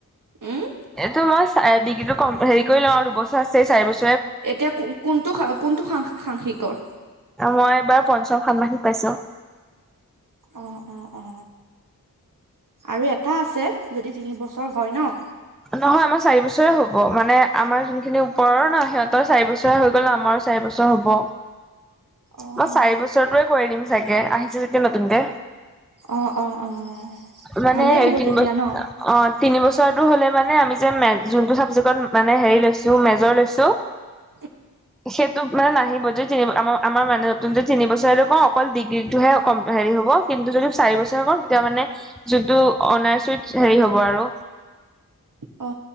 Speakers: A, on the right; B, in the centre.
A: উম,
B: এইটো মই ডিগ্ৰীটো সেই কৰি লও আৰু দুবছৰ আছে চাৰি বছৰ।
A: এতিয়া কোনটো কোনটো সাংসিকৰ?
B: মই এইবাৰ পঞ্চম ষান্মাৰ্ষিক পাইছো।
A: অ অ অ আৰু এটা আছে যদি তিনিবছৰ হয় ন'।
B: নহয় আমাৰ চাৰি বছৰে হ'ব। মানে আমাৰ যোনখিনি ওপৰৰ ন সিহঁতৰ চাৰি বছৰে হৈ গ'ল আমাৰ, চাৰি বছৰ হ'ব।
A: অহ
B: মই চাৰি বছৰটোৱে কৰি দিম চাগে আহিছে যেতিয়া নতুনকে।
A: অ অ অ
B: মানে
A: ভালেই
B: হেৰি
A: হ'ব
B: তিন
A: তেতিয়া
B: বছ
A: ন।
B: অ তিন বছৰটোৰ হলে মানে আমি যে ম যোনটো ছাবজেক্টত মানে হেৰি লৈছো মেজৰ লৈছো।
A: উ
B: সে। মানে নাহিব যদি তিনি আম আমাৰ মানে নতুন যে তিন বছৰেটো ক অকল ডিগ্ৰীটোহে কম্পিলিত হ' কিন্তু যদি চাৰি বছৰ কৰো তেতিয়া মানে যিটো অনাৰইত হেৰি হ'ব আৰু।
A: অ